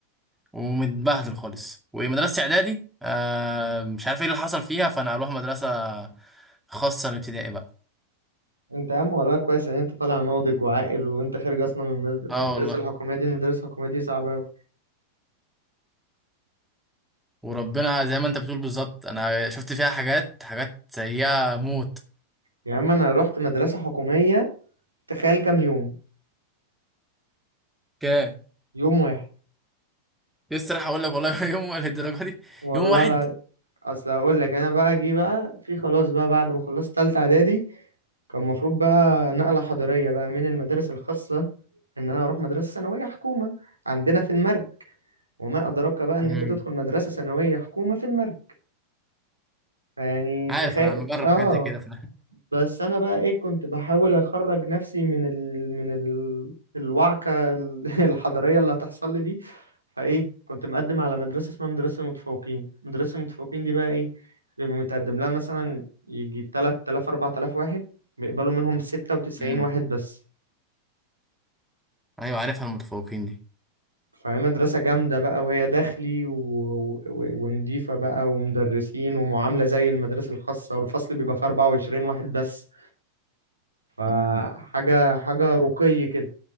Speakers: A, in the centre; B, on the right.
A: ومتبهدل خالص ومدرسه اعدادي آه مش عارف ايه اللي حصل فيها فنقلوها مدرسه خاصه للابتدائي بقى
B: انت يا عم والله كويس ان انت طالع ناضج وعاقل وانت خارج اصلا من المد- من
A: اه
B: المدرسه
A: والله
B: الحكوميه دي المدرسه الحكوميه دي صعبه أوي.
A: وربنا زي ما انت بتقول بالظبط انا شفت فيها حاجات حاجات سيئه موت
B: يا عم انا رحت مدرسه حكوميه تخيل كام يوم
A: كام
B: يوم واحد
A: لسه راح اقول لك والله <laughs> يوم الدرجه دي
B: والله
A: يوم واحد
B: لا اصل هقول لك انا بقى جه بقى في خلاص بقى بعد ما خلصت تالتة اعدادي كان المفروض بقى نقله حضاريه بقى من المدارس الخاصه ان انا اروح مدرسه ثانويه حكومه عندنا في المرج وما ادراك بقى ان
A: امم
B: انت تدخل مدرسه ثانويه حكومه في المرج فيعني
A: عارف
B: تخيل
A: انا مجرب
B: اه
A: حاجات زي كده ف...
B: بس انا بقى ايه كنت بحاول اخرج نفسي من ال... من ال... الوعكة ال- <laughs> الحضارية اللي هتحصل لي دي فايه كنت مقدم على مدرسة اسمها مدرسة المتفوقين مدرسة المتفوقين دي بقى ايه بيبقى متقدم لها مثلا يجي 3000 4000 واحد بيقبلوا منهم 96
A: <laughs> امم
B: واحد بس
A: ايوه عارفها المتفوقين دي
B: فهي مدرسة جامدة بقى وهي داخلي و... و... ونضيفة بقى ومدرسين ومعاملة زي المدرسة الخاصة والفصل بيبقى فيه 24 واحد بس فحاجة
A: امم
B: حاجة رقي كده